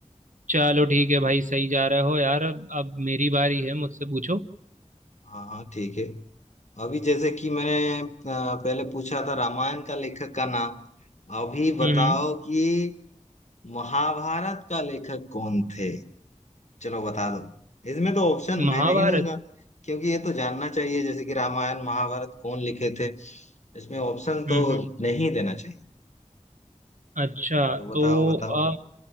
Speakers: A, on the right; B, on the left.
A: चलो ठीक है भाई सही जा रहे हो यार अब अब मेरी बारी है मुझसे पूछो
B: हाँ हाँ ठीक है अभी जैसे कि मैंने अ, पहले पूछा था रामायण का लेखक का नाम अभी बताओ
A: हम्म हम्म,
B: कि महाभारत का लेखक कौन थे चलो बता दो इसमें तो ऑप्शन
A: महाभारत
B: मैं नहीं दूंगा क्योंकि ये तो जानना चाहिए जैसे कि रामायण महाभारत कौन लिखे थे इसमें ऑप्शन
A: हम्म
B: तो
A: हम्म,
B: नहीं देना चाहिए
A: अच्छा
B: तो बताओ
A: तो
B: बताओ
A: अ,